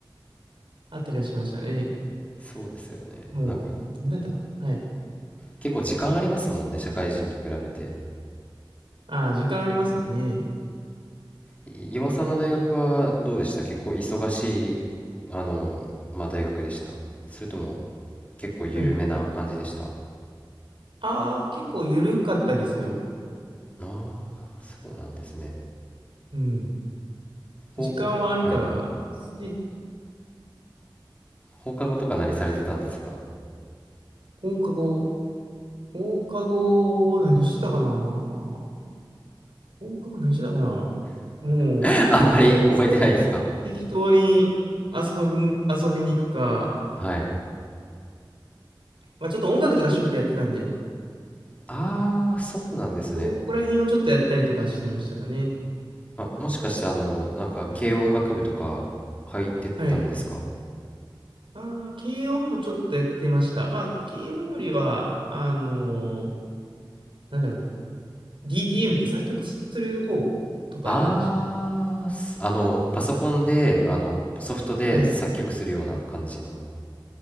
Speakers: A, on the right; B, on the left.
A: あったりはしましたね。
B: そうですよね。
A: もう、
B: なんか
A: どんなやったかな。はい。
B: 結構時間ありますもんね、社会人と比べて。
A: ああ、時間ありますね。
B: い岩尾さんの大学はどうでした結構忙しい、あの、まあ大学でした。それとも結構緩めな感じでしたあ
A: はい。ああ、結構緩かったですよ。
B: あー、そうなんですね。
A: うん。時間はあるからですね。
B: 高校、おはい。放課後とか何されてたんですか
A: 放課後。放課後を何してたかな放課後何してたかなも
B: <laughs>
A: う、
B: あんまり覚えてないですか
A: 適当に遊び、遊びに行くか、
B: はい
A: まあちょっと音楽とか趣味でやってたんで、
B: ああーそうなんですね
A: そこら辺をちょっとやったりとかしてましたかね。
B: あもしかしてあのなんか軽音楽部とか入ってたんですか
A: はい。ああ、軽音もちょっとやってました。まあ、軽音よりは、あのーなんだろうな。DTM って作曲する方とかやってました。
B: ああーすあのパソコンであのソフトで作曲するような感じの
A: はい。